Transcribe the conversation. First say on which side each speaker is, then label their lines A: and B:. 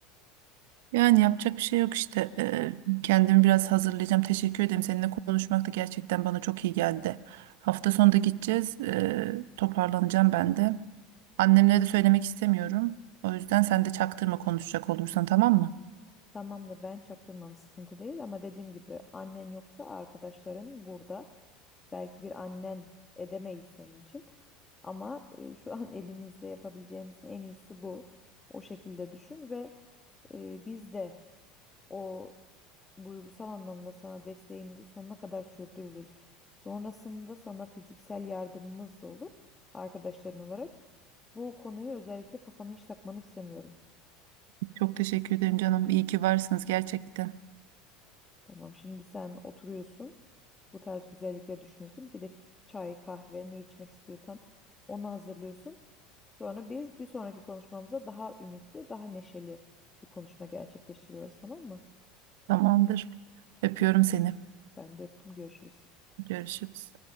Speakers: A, on the right (about 75°); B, on the left (about 20°).
A: Yani yapacak bir şey yok işte. Ee, kendimi biraz hazırlayacağım. Teşekkür ederim. Seninle konuşmak da gerçekten bana çok iyi geldi. Hafta sonunda gideceğiz. Ee, toparlanacağım ben de. Annemlere de söylemek istemiyorum. O yüzden sen de çaktırma konuşacak olursan tamam mı?
B: Tamamdır ben çaktırmam sıkıntı değil ama dediğim gibi annen yoksa arkadaşların burada. Belki bir annen edemeyiz senin için ama e, şu an elimizde yapabileceğimizin en iyisi bu. O şekilde düşün ve e, biz de o duygusal anlamda sana desteğimizi sonuna kadar sürdürürüz. Sonrasında sana fiziksel yardımımız da olur arkadaşların olarak. Bu konuyu özellikle kafana hiç takmanı istemiyorum.
A: Çok teşekkür ederim canım. İyi ki varsınız gerçekten.
B: Tamam, şimdi sen oturuyorsun. Bu tarz güzellikleri düşünüyorsun. Bir de ç- çay, kahve ne içmek istiyorsan onu hazırlıyorsun. Sonra biz bir sonraki konuşmamıza daha ümitli, daha neşeli bir konuşma gerçekleştiriyoruz, tamam mı?
A: Tamamdır. Öpüyorum seni.
B: Ben de öptüm, görüşürüz.
A: Görüşürüz.